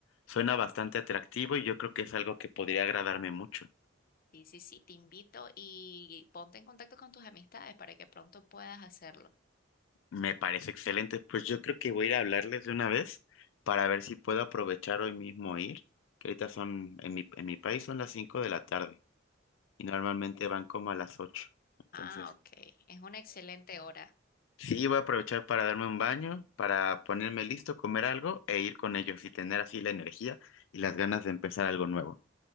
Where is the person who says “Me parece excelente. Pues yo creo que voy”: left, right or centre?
Left